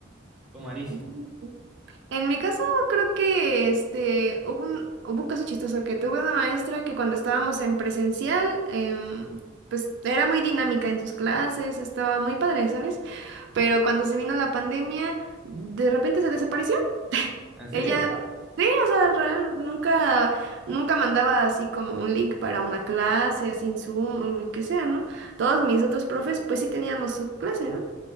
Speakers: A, in the centre; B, on the right.
A: Fue malísimo.
B: <laughs> En mi caso, creo que este hubo un, hubo un caso chistoso que tuve una maestra que cuando estábamos en presencial, em, pues era muy dinámica en sus clases, estaba muy padre, ¿sabes? pero cuando se vino la pandemia, de repente se desapareció.
A: ¿En serio?
B: Ella, sí, o sea, real, nunca, nunca mandaba así como un link para una clase, sin en Zoom o lo que sea, ¿no? Todos mis otros profes, pues sí teníamos su clase, ¿no?